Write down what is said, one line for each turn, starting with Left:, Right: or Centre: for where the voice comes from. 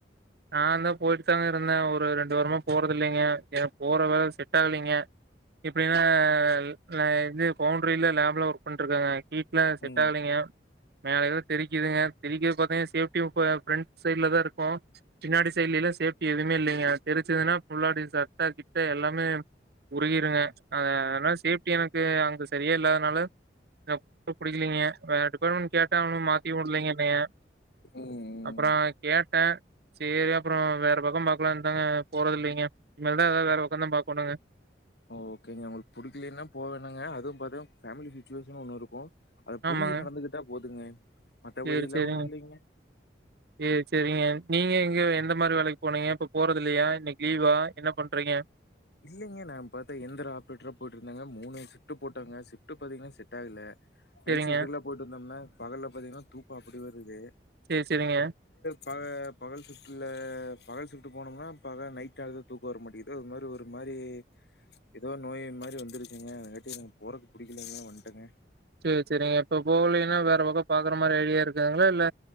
Right: நான்ந்தா போயிட் தாங்க இருந்தே ஒரு ரெண்டு வாரமா போறதில்லைங்க ஏக் போற வேல செட் ஆகலிங்க இப்டின்ன ந இது பவுண்டிரில லேப்ல ஒர்க் பண்ட்ருகங்க வீட்ல செட்
Left: ம்.
Right: ஆகலீங்க மேலே ல தெரிக்குதுங்க தெரிக்கத பார்த்தீங் சேஃப்டியும்ப ப்ரண்ட் சைட்ல தா இருக்கோ பின்னாடி சைடலல்லா சேஃப்டி எதுமே இல்லிங்க தெரிச்சதுன்னா புள்ளாடிசா ர்டி ட எல்லாமே உருகிருங்க அத ல சேஃப்டி னக் யே அங்க சரியே இல்லாதுனால டப் புடிக்லீங்க வே டிபார்மெண்ட் கேட்ட அவும் மாத்தி வுடலிங்க ன்னைய
Left: ம், ம்.
Right: அப்றோ கேட்டே சேரி அப்றோ வேற பக்கோ பாகக்கலாந்தாங்க போறது இல்லிங்க இனிமேல்தா ஏதாவது வேற உக்கதா பாக் கணுங்க
Left: ஒ ஓகேங்க உங்ளுக்கு புடிக்கலின்னா போ வேணாங்க அதுவு பாத்திங் ஃபேமிலி சுட்வேசன் ஒன்னு இருக்கு அத் புரிஞ்சி
Right: ஆமாங்க
Left: நடந்துகிட்டா போதுங்க மத்தபடிலாம்
Right: சேரி செரிங்க
Left: ஒண்ணும் இல்லைங்க.
Right: யே செரிங்க நீங்க இங்க எந்த மாரி வேலைக்கு போனீங்க இப்ப போறது இல்லையா இன்னைக்கு லீவா என்ன பண்றீங்க
Left: இல்லைங்க நா பாத்த எந்தர ஆப்ரேட்டரா போயிடு இருந்தங்க மூணு சிப்ட் போட்டங்க சிப்ட் பதிங்க செட் ஆகல நைட்
Right: சேரிங்க.
Left: ஷிப்ட்க்குலாம் போயிட்டு இருந்தம்னா பகல்ல பாத்தீங்கன்னா தூக்கம் அப்டி வருது
Right: சேர் சேரிங்க
Left: பக பகல் ஷிப்ட்ல பகல் ஷிப்ட் போனம்னா பக நைட் ஆனா தூக்க வரமாட்டேங்குது ஒரு மாதிரி ஒரு மாரி எதோ நோய் மாரி வந்துருச்சுங்க ட்டி போறக்கு பிடிக்கலிங்க வந்துட்டங்க
Right: சேர் செரிங்க இப்ப போவலின்னா வேற பக்க பாக்ற மாரி ஐடியா இருக்குங்ளா இல்ல